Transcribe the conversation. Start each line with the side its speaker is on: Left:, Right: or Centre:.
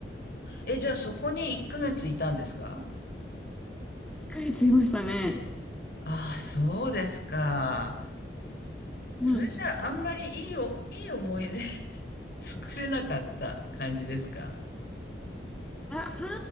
Left: え、じゃあそこに1ヶ月いたんですか
Centre: 1ヶ月いましたね。
Left: ああ、そうですか。
Centre: うん
Left: それじゃああんまりいいお、いい思い出 <laughs> 作れなかった感じですか
Centre: あ、半々